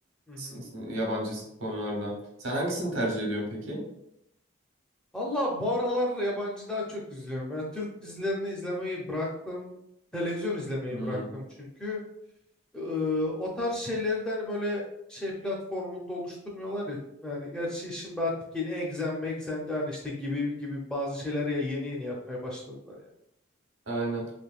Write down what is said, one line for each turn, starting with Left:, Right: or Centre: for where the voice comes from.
Centre: Hı hı.
Right: s- s- yabancı sitcomlarda. Sen hangisini tercih ediyorsun peki?
Centre: Allah bu aralar yabancı daha çok izliyorum. Ya Türk dizilerini izlemeyi bıraktım. Televizyon izlemeyi
Right: Hmm,
Centre: bıraktım çünkü. Ee, o tarz şeyleri de hani böyle şey platformunda oluşturmuyorlar ya. Yani gerçi şimdi artık yeni Exxen Mexxen de hani işte gibi gibi bazı şeyler ya yeni yeni yapmaya başladılar yani.
Right: aynen.